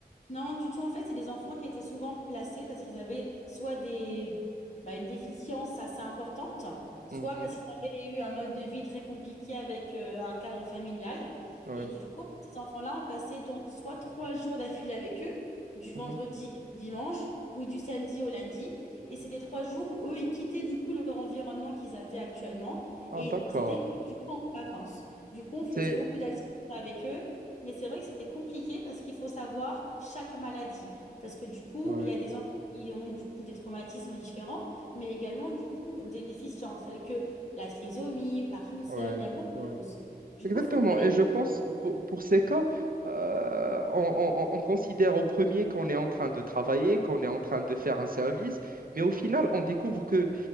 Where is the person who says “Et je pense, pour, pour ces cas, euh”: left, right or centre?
Right